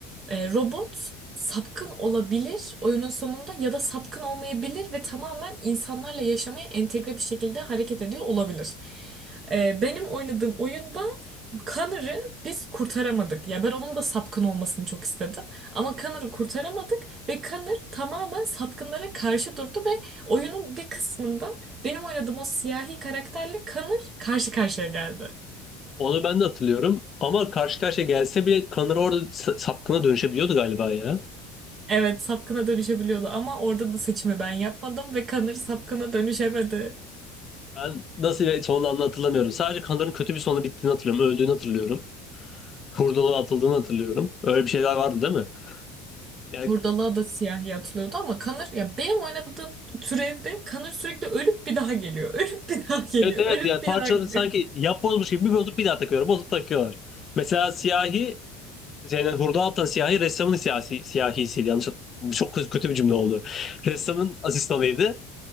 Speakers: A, on the right; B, on the left.
A: E, robot sapkın olabilir oyunun sonunda ya da sapkın olmayabilir ve tamamen insanlarla yaşamaya entegre bir şekilde hareket ediyor olabilir. E, benim oynadığım oyunda Connor'ı biz kurtaramadık. Ya ben onun da sapkın olmasını çok istedim. Ama Connor'ı kurtaramadık ve Connor tamamen sapkınlara karşı durdu ve oyunun bir kısmında benim oynadığım o siyahi karakterle Connor karşı karşıya geldi.
B: Onu ben de hatırlıyorum. Ama karşı karşıya gelse bile Kanır orada sa- sapkına dönüşebiliyordu galiba ya.
A: Evet sapkına dönüşebiliyordu ama orada da seçimi ben yapmadım ve Kanır sapkına dönüşemedi.
B: Ben nasıl bir sonlandı hatırlamıyorum. Sadece Kanır'ın kötü bir sonu bittiğini hatırlıyorum. Öldüğünü hatırlıyorum. Hurdalığa atıldığını hatırlıyorum. Öyle bir şeyler vardı değil mi? Yani
A: Hurdalığa da siyahi atılıyordu ama Kanır ya benim oynadığım türevde Kanır sürekli ölüp bir daha geliyor. Ölüp bir daha geliyor.
B: evet evet
A: Ölüp
B: yani
A: bir
B: parçaları
A: daha geliyor.
B: sanki yapbozmuş gibi bir bozup bir daha takıyorlar. Bozup takıyorlar. Mesela siyahi yani hurdalığa atan siyahi ressamın siyasi, siyahisiydi. Yanlış hatırlamıyorum. Çok kötü bir cümle oldu. Ressamın asistanıydı.